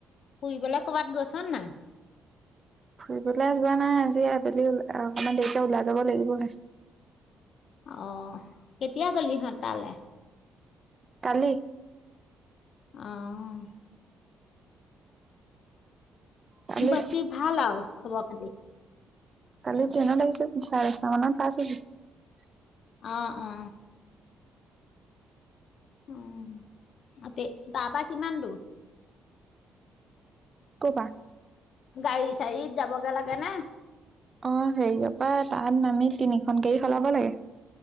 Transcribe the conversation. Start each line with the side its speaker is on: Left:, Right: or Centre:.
Left: ফুৰিবলৈ কৰ'বাত গৈছ নাই
Right: ফুৰিবলে যোৱা নাই আবেলি অ-অকণমান দেৰিকে ওলাই যাব লাগিব হে।
Left: অহ, কেতিয়া গলি হঁত তালে?
Right: কালি।
Left: অহ।
Right: কালি
Left: বাকী ভাল আও খবৰ-খাটি?
Right: কালি ট্ৰেইনত আহিছিল, চাৰে দচটা মানত পাছ <unintelligible>
Left: অ, অ। অ, তাতে তাৰপা কিমান দূৰ?
Right: <unintelligible>
Left: গাড়ী গাড়ীত যাবগে লাগে নে?
Right: অ হেৰিয়ৰ পৰা তাত নামি তিনিখন গাড়ী সলাব লাগে।